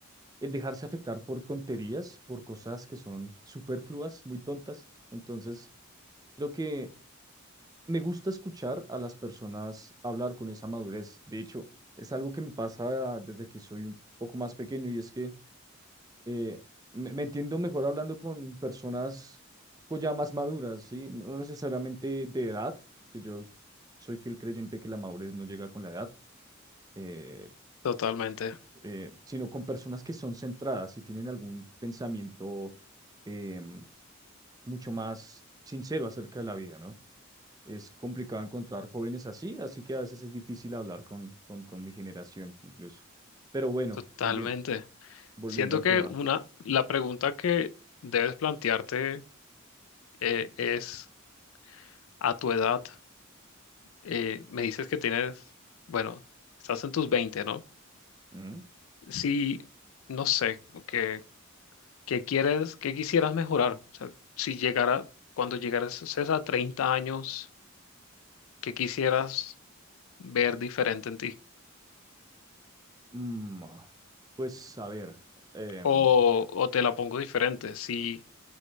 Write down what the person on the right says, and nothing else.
el dejarse afectar por tonterías, por cosas que son superfluas, muy tontas. Entonces, creo que Me gusta escuchar a las personas hablar con esa madurez. De hecho, es algo que me pasa desde que soy un poco más pequeño y es que eh, me, me entiendo mejor hablando con personas co- ya más maduras, ¿sí? No necesariamente de edad, porque yo soy fiel creyente que la madurez no llega con la edad, eh,
eh, sino con personas que son centradas y tienen algún pensamiento em, mucho más sincero acerca de la vida, ¿no? Es complicado encontrar jóvenes así, así que a veces es difícil hablar con, con, con mi generación incluso. Pero bueno,
volviendo, volviendo
al
tema.
Ujú.
Mm, ah, pues a ver, em,